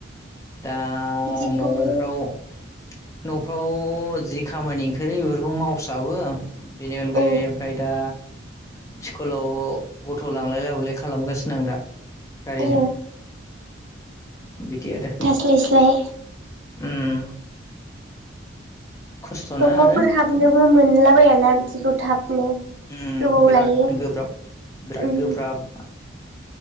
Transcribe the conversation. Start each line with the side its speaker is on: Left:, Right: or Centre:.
Left: दा
Right: बिदिखौबो
Left: न'फ्राव न'फ्राव जि खामानि ओंखारो बेफोरखौ मावसाबो। बेनि अनगायै
Right: ओ
Left: ओमफ्राय दा स्कुलाव गथ' लांलाय लाबोलाय खालामगासिनो आं दा। गारिजों,
Right: ओ
Left: बिदि आरो।
Right: स्लायस्लाय।
Left: ओम। खस्थ'ना
Right: अबावबा
Left: आरो
Right: फोर हाबनोबो मोनलाबायाना बिदिखौ थाबनो
Left: ओम
Right: गोबाव
Left: बिराद
Right: लायो
Left: गोब्राब बिराद
Right: उम
Left: गोब्राब